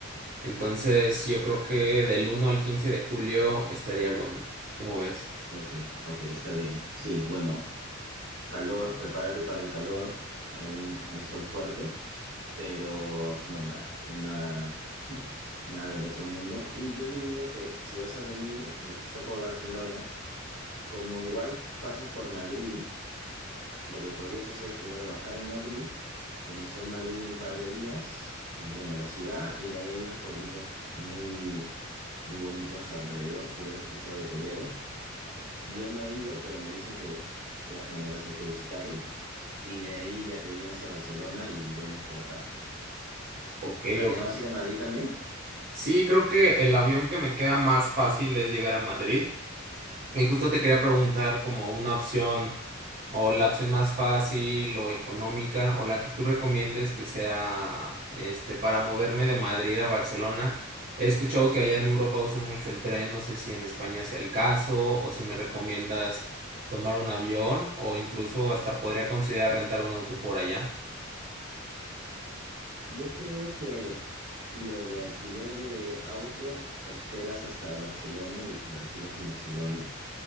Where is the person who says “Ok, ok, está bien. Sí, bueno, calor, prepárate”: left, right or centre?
Right